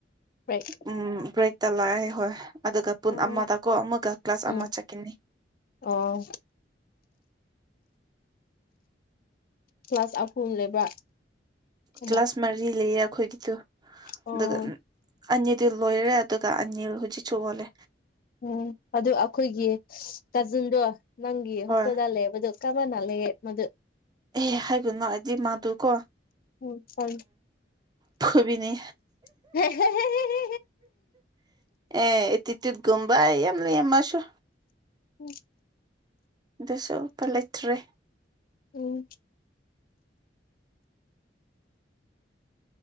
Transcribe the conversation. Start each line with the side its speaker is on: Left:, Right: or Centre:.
Left: ꯕ꯭ꯔꯦꯛ
Right: ꯎꯝ ꯕ꯭ꯔꯦꯛꯇ ꯂꯥꯛꯑꯦ ꯍꯣꯏ ꯑꯗꯨꯒ ꯄꯨꯟ
Left: ꯑꯣ
Right: ꯑꯃꯗꯀꯣ ꯑꯃꯒ ꯀ꯭ꯂꯥꯁ
Left: ꯎꯝ
Right: ꯑꯃ ꯆꯠꯈꯤꯅꯤ
Left: ꯑꯣ ꯀ꯭ꯂꯥꯁ ꯑꯍꯨꯝ ꯂꯩꯕ ꯑꯃ
Right: ꯀ꯭ꯂꯥꯁ ꯃꯔꯤ ꯂꯩꯌꯦ ꯑꯩꯈꯣꯏꯒꯤꯗꯨ
Left: ꯑꯣ
Right: ꯑꯗꯨꯒ ꯑꯅꯤꯗꯨ ꯂꯣꯏꯔꯦ ꯑꯗꯨꯒ ꯑꯅꯤ ꯍꯧꯖꯤꯛꯁꯨ ꯋꯥꯠꯂꯤ
Left: ꯎꯝ ꯑꯗꯨ ꯑꯩꯈꯣꯏꯒꯤ ꯀꯥꯖꯤꯟꯗꯣ ꯅꯪꯒꯤ ꯍꯣꯁꯇꯦꯜꯗ
Right: ꯍꯣꯏ
Left: ꯂꯩꯕꯗꯨ ꯀꯝꯕꯅ ꯂꯩꯒꯦ ꯃꯗꯨ
Right: ꯑꯦ ꯍꯥꯏꯒꯨꯅꯣ ꯍꯥꯏꯗꯤ ꯃꯥꯗꯨꯀꯣ
Left: ꯎꯝ ꯍꯣꯏ
Right: ꯐꯨꯕꯤꯅꯤ
Left: <unintelligible>
Right: ꯑꯦ ꯇꯤ ꯇꯤꯠ ꯒꯨꯝꯕꯥ ꯌꯥꯝ ꯂꯩꯌꯦ ꯃꯥꯁꯨ
Left: ꯎꯝ
Right: ꯗꯨꯁꯨ ꯄ ꯂꯩꯇ꯭ꯔꯦ
Left: ꯎꯝ